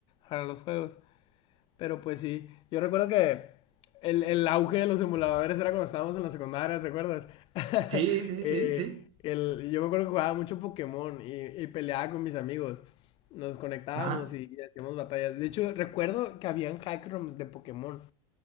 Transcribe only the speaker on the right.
Sí, sí,
sí, sí,
ajá,